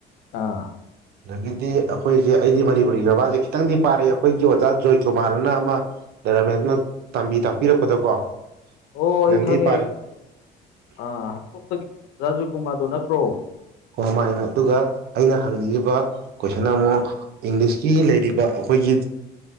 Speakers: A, on the left; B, on the right.
A: ꯑꯥ
B: ꯑꯗꯒꯤꯗꯤ ꯑꯩꯈꯣꯏꯁꯦ ꯑꯩꯗꯤ ꯃꯅꯤꯄꯨꯔꯤ ꯕꯕꯥꯁꯦ ꯈꯤꯇꯪꯗꯤ ꯄꯥꯔꯛꯑꯦ ꯑꯩꯈꯣꯏꯒꯤ ꯑꯣꯖꯥ ꯖꯣꯏꯀꯨꯃꯥꯔꯅ ꯑꯃ ꯔꯥꯃꯦꯅ ꯇꯝꯕꯤ ꯇꯥꯛꯄꯤꯔꯛꯄꯗꯀꯣ
A: ꯑꯣ
B: ꯈꯤꯇꯪꯗꯤ
A: ꯑꯩ ꯈꯪꯉꯦ
B: ꯄꯥꯔꯦ
A: ꯑꯩ ꯈꯉꯦ ꯑ ꯍꯣꯛꯇꯒꯤ ꯔꯥꯖꯣꯏꯀꯨꯃꯥꯔꯗꯣ ꯅꯠꯇ꯭ꯔꯣ
B: ꯍ ꯃꯥꯥꯏꯅ ꯑꯗꯨꯒ ꯑꯩꯅ ꯍꯪꯅꯤꯡꯉꯤꯕ ꯀꯣꯏꯁꯟ ꯑꯃꯨꯛ ꯏꯪꯂꯤꯁꯀꯤ ꯂꯩꯔꯤꯕ ꯑꯩꯈꯣꯏꯒꯤ